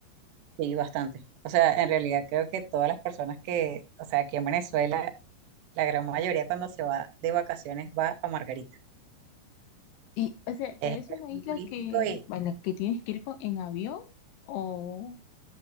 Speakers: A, on the right; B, on the left.
A: Sí, bastante. O sea, en realidad creo que todas las personas que, o sea, aquí en Venezuela, la gran mayoría cuando se va de vacaciones va a Margarita.
B: Y, o sea,
A: Es,
B: pero
A: es
B: es una
A: muy
B: isla
A: turístico
B: que,
A: y
B: a la que tienes que ir con- en avión o,